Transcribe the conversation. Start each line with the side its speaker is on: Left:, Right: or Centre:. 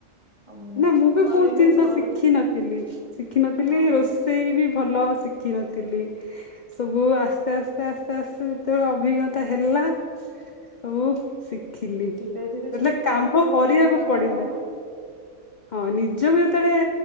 Right: ଆଉ
Left: ନା ମୁଁ ବି
Right: କରିନି
Left: ବହୁତ ଜିନିଷ
Right: ଘରେ
Left: ଶିଖିନଥିଲି ଶିଖିନଥିଲି
Right: ଘରେ
Left: ରୋଷେଇ ରୋଷେଇ ବି ଭଲ ଶିଖିନଥିଲି। ସବୁ ଆସ୍ତେ ଆସ୍ତେ ଆସ୍ତେ ଆସ୍ତେ ଯେତେବେଳେ ଅଭିଜ୍ଞତା ହେଲା ସବୁ ଶିଖିଲି
Right: ଧୀରେ ଧୀରେ
Left: ହେଲେ
Right: ସବୁ କଲେ
Left: କାମ
Right: ତିଆରି
Left: କରିବାକୁ
Right: କଲେ
Left: ପଡିଲା।
Right: ହବ
Left: ହଁ ନିଜକୁ ଯେତେବେଳେ